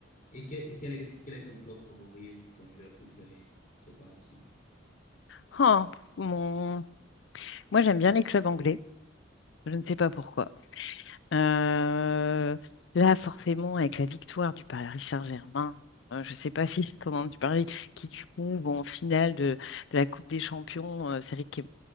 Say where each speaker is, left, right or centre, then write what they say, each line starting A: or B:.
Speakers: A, on the left; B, on the left.
A: Et quel, et quel est, quel est ton club favori ou ton joueur préféré? Je sais pas si.
B: Ah, mon... Moi, j'aime bien les clubs anglais. Je ne sais pas pourquoi. Euh, là, forcément, avec la victoire du Paris Saint-Germain, euh, je ne sais pas <laughs> si comment tu parlais, qui du coup vont en finale de, de la Coupe des Champions, euh, c'est vrai que